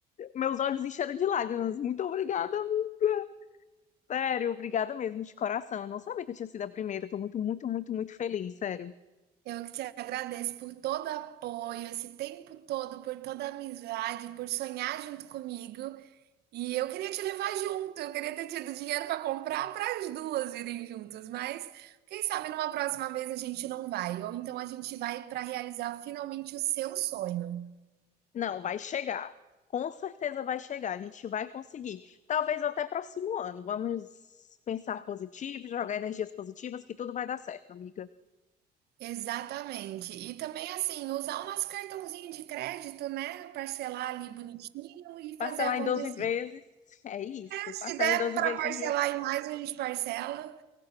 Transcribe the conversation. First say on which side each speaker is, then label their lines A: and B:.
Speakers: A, on the left; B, on the right.
A: Meus olhos encheram de lágrimas. Muito obrigada, amiga. Sério, obrigada mesmo, de coração. Eu não sabia que eu tinha sido a primeira. Eu tô muito, muito, muito, muito feliz, sério.
B: Eu que te agradeço por todo o apoio, esse tempo todo, por toda a amizade, por sonhar junto comigo. E eu queria te levar junto. Eu queria ter tido dinheiro para comprar para as duas irem juntas, mas quem sabe numa próxima vez a gente não vai, ou então a gente vai para realizar finalmente o seu sonho.
A: Não, vai chegar. Com certeza vai chegar. A gente vai conseguir. Talvez até próximo ano. Vamos pensar positivo, jogar energias positivas, que tudo vai dar certo, amiga.
B: Exatamente. E também, assim, usar o nosso cartãozinho de crédito, né? Parcelar ali bonitinho e
A: Parcelar
B: fazer acontecer.
A: em 12 vezes. <laughs> É isso.
B: Se
A: Parcela
B: der
A: em 12
B: para
A: vezes
B: parcelar
A: sem juros.
B: em mais, a gente parcela